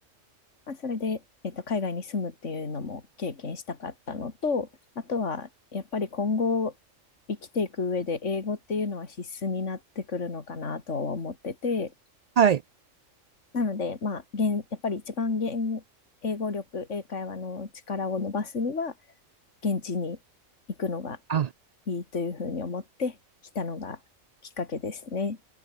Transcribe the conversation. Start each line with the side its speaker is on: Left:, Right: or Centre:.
Left: まあ、それで、えっと、海外に住むっていうのも経験したかったのと、あとは、やっぱり今後生きていく上で英語っていうのは必須になってくるのかなとは思ってて、
Right: はい。
Left: なので、まあ、現、やっぱり一番現、英語力、英会話の力を伸ばすには、現地に行くのが
Right: あ、
Left: いいというふうに思って来たのがきっかけですね。